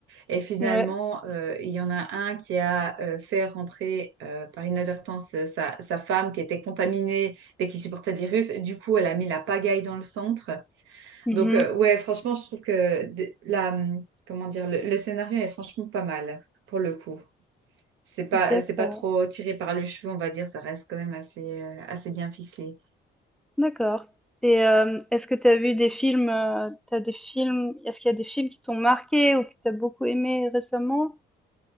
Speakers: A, on the right (about 85°); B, in the centre.
A: Et finalement,
B: ouais.
A: euh, il y en a un qui a euh, fait rentrer euh, par inadvertance euh, sa, sa femme qui était contaminée mais qui supportait le virus. Du coup, elle a mis la pagaille dans le centre.
B: mhm.
A: Donc, euh, ouais, franchement, je trouve que d- la, hum, comment dire, le le scénario est franchement pas mal pour le coup. C'est pas,
B: D'accord.
A: c'est pas trop tiré par les cheveux, on va dire, ça reste quand même assez, euh, assez bien ficelé.
B: D'accord. Et euh, est-ce que tu as vu des films, euh, t'as des films, est-ce qu'il y a des films qui t'ont marqué ou que tu as beaucoup aimé récemment?